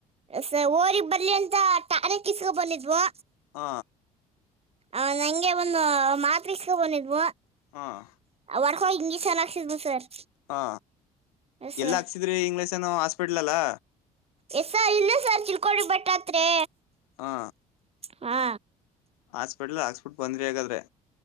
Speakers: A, on the right (about 30°); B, on the left (about 80°).
A: ಸ ಒರಿ ಬರ್ಲಿ ಅಂತ ಟಣೆಕ್ ಇಸ್ಕೊ ಬಂದಿದ್ವೊ.
B: ಹ
A: ಆ ನಂಗೆ ಒಂದು ಮಾತ್ರೆ ಇಸ್ಕೊ ಬಂದಿದ್ವು.
B: ಹುಂ
A: ಒರ್ಕೊ ಹೋಗ್ ಇಂಜೆಕ್ಷನ್ ಆಕ್ಸಿದ್ವು ಸರ್.
B: ಹಾ
A: ಎಸ್
B: ಎಲ್
A: ಸರ್
B: ಹಾಕ್ಸಿದ್ರಿ ಇಂಗ್ಲ್ ಷನು ಹಾಸ್ಪಿಟಲ್ಲಾ.
A: ಎಸ್ ಸರ್ ಇಲ್ಲೆ ಸರ್ ತಿಳ್ಕೊಂಡ್ರೆ ಬೆಟ್ಟ ಹತ್ರಿ.
B: ಹಾ
A: ಹಾ
B: ಹಾಸ್ಪಿಟ್ಲ್ ಹಾಕ್ಸ್ಪಿಟ್ ಬಂದ್ರಿ ಹಗಾದ್ರೆ.